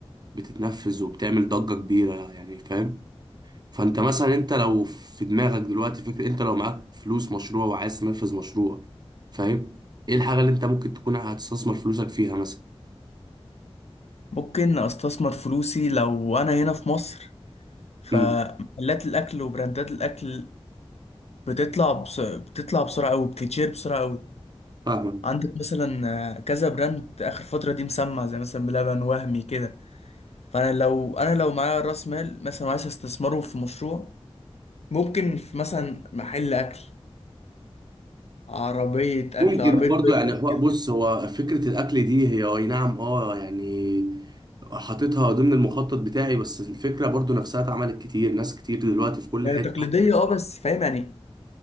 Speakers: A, on the right; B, on the left.
A: بتتنفذ وبتعمل ضجه كبيره يعني فاهم فانت مثلا انت لو في دماغك دلوقتي فكره انت لو معاك فلوس مشروع وعايز تنفذ مشروع فاهم ايه الحاجه اللي انت ممكن تكون هتستثمر فلوسك فيها مثلا
B: ممكن استثمر فلوسي لو انا هنا في مصر فمحلات
A: امم
B: الاكل وبراندات الاكل بتطلع بس... بتطلع بسرعه قوي بتتشير بسرعه قوي
A: فاهمك
B: عندك مثلا آه، كذا براند اخر فتره دي مسمع زي مثلا بلبن وهمي كده فانا لو انا لو معايا راس مال مثلا عايز استثمره في مشروع ممكن في مثلا محل اكل عربيه اكل
A: ممكن
B: عربيه
A: برضو
B: برجر
A: يعني هو-
B: كده
A: بص هو فكرة الأكل دي هي أي نعم أه يعني حاططها ضمن المخطط بتاعي بس الفكرة برضو نفسها اتعملت كتير ناس كتير دلوقتي في كل
B: يعني
A: حتة
B: تقليديه اه بس فاهم يعني